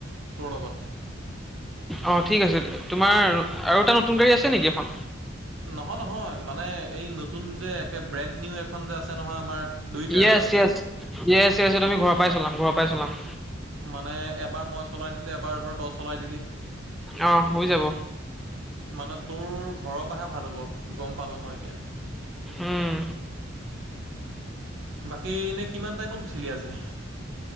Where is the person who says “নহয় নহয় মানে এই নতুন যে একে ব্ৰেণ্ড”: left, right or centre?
Right